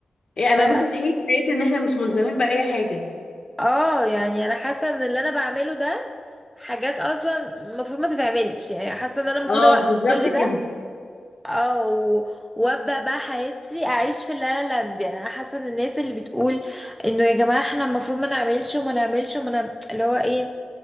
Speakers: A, on the left (about 50°); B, in the centre.
A: ايه انا
B: ما بقى
A: نمت صحيت لقيت ان احنا مش ملزمين باي حاجه
B: اه يعني انا حاسة ان اللي انا بعمله ده حاجات اصلا المفروض ما تتعملش يعني حاسة ان انا المفروض
A: اه
B: اوقف
A: بالظبط
B: كل ده
A: كده
B: اه و- وابدأ بقى حياتي اعيش في اللا لا لاند يعني انا حاسة ان الناس اللي بتقول انه يا جماعة احنا المفروض ما نعملش وما نعملش وما نعمل... اللي هو ايه